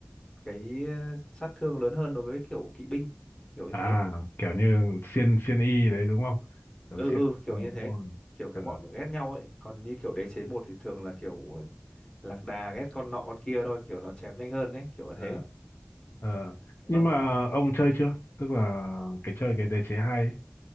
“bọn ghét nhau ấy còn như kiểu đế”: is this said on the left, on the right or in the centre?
Left